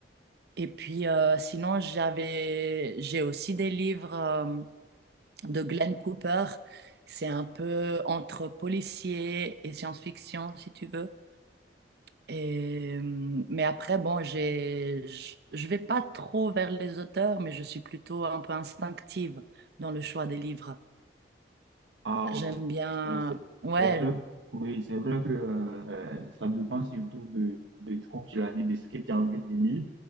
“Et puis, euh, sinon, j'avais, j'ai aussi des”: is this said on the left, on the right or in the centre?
Right